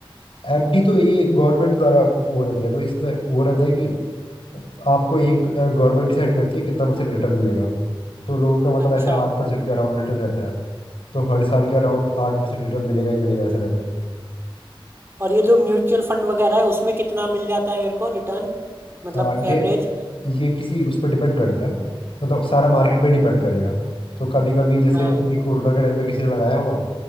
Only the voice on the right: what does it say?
अच्छा
और ये जो म्यूचुअल फंड वगैरह है उसमें कितना मिल जाता है मेरे को रिटर्न मतलब
एवरेज
हाँ